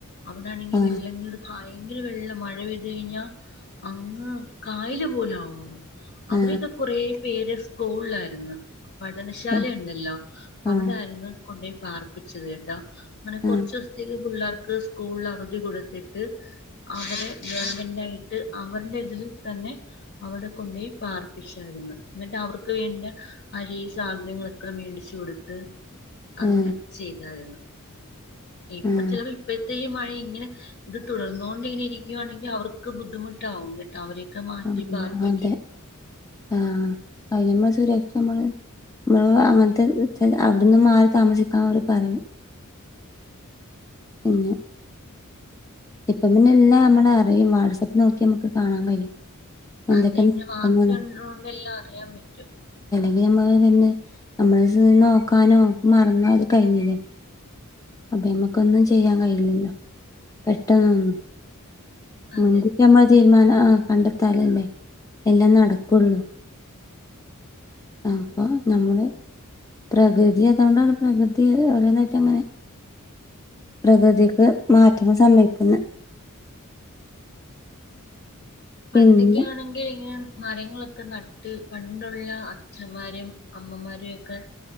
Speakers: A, on the left; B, on the left.
A: അവിടൊണെങ്കിൽ
B: ആ
A: വെള്ളകേറി പ ഭയങ്കര വെള്ളമാ മഴ പെയ്ത് കഴിഞ്ഞാ അങ്ങ് കായല് പോലാവുമങ്ങ്
B: ആ
A: അവരൊക്കെ കുറെ പേര് സ്കൂളിലാരുന്ന് പഠനശാല
B: ശരി
A: ഇണ്ടല്ലോ
B: ആ
A: അവിടായിരുന്ന് കൊണ്ടോയി പാർപ്പിച്ചത് കേട്ടോ അങ്ങനെ
B: ആ
A: കുറച്ചുദിവസത്തേക്ക് പിള്ളേർ ക്ക് സ്കൂളിൽ അവധി കൊടുത്തിട്ട് അവരെ ഗവൺമെന്റ് ആയിട്ട് അവരുടെ ഇതില് തന്നെ അവിടെ കൊണ്ടോയി പാർപ്പിച്ചായിരുന്ന് എന്നിട്ട് അവർക്ക് പിന്നെ അരി സാധനങ്ങളൊക്കെ മേടിച്ച് കൊടുത്ത്
B: ആ
A: അങ്ങനെ ചെയ്താരുന്ന് ഇപ്പൊ
B: ആ
A: ചിലപ്പോ ഇപ്പ ത്തേ മഴ ഇങ്ങനെ ഇത് തുടർന്നോണ്ടിങ്ങനെ ഇരിക്കുവാണെങ്കിൽ അവർക്ക് ബുദ്ധിമുട്ടാവും കേട്ടോ അവര് <unintelligible> മാറ്റി
B: ആഹ്
A: പാർപ്പിക്കും
B: അതെ ആഹ് അതിനമ്മള സുരക്ഷ നമ്മള് നമ്മ അങ്ങനത്തെ അവിടെന്നും മാറി താമസിക്കാ അവര് പറയും പിന്നെ ഇപ്പം പിന്നെ എല്ലാം നമ്മള് അറിയും വാട്സ്ആപ്പ് നോക്കിയ നമുക്ക് കാണാൻ കഴിയും എന്തൊക്കെ
A: അതെ <unintelligible>
B: നടക്കുന്നുന്ന്
A: വാർത്ത <unintelligible> എല്ലാ അറിയാൻ പറ്റും.
B: <unintelligible> തന്നെ നമ്മള് ചെന്ന് നോക്കാനോ മറന്ന അത് കഴിഞ്ഞില്ലേ. അപ്പൊ ഞമ്മക്കൊന്നും ചെയ്യാൻ കഴിയൂല്ലല്ലോ പെട്ടന്നൊന്നും
A: അതെ
B: മുൻകുട്ടിമ്മള തീരുമാന ആഹ് കണ്ടെത്താലല്ലേ എല്ലാം നടക്കുള്ളൂ അപ്പ നമ്മള് പ്രകൃതി അതുകൊണ്ടാണ് പ്രകൃതി ഓരോന്നായിട്ട അങ്ങനെ പ്രകൃതിക്ക് മാറ്റങ്ങൾ സംഭവിക്കുന്നേ
A: പണ്ടൊക്കെ
B: ഇന്ന്
A: ആണെങ്കിൽ ഇങ്ങനെ മരങ്ങളൊക്കെ നട്ട് പണ്ടുള്ള അച്ഛന്മാരെയും അമ്മമാരെയും ഒക്കെ